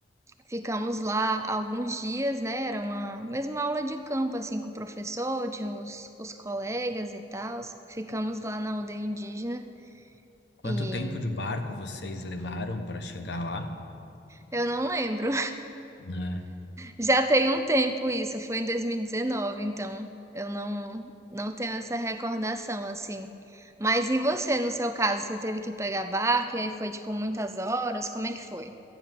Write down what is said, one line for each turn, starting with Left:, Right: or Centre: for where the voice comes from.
Right: ficamos lá alguns dias, né? Era uma mesma aula de campo, assim, com o professor, tinha os, os colegas e tal. Ficamos lá na aldeia indígena
Left: Quanto
Right: e
Left: tempo de barco vocês levaram para chegar lá,
Right: eu não lembro.
Left: né?
Right: Já tem um tempo isso, foi em 2019, então eu não não tenho essa recordação assim. Mas e você, no seu caso, você teve que pegar barco e aí foi tipo muitas horas? Como é que foi?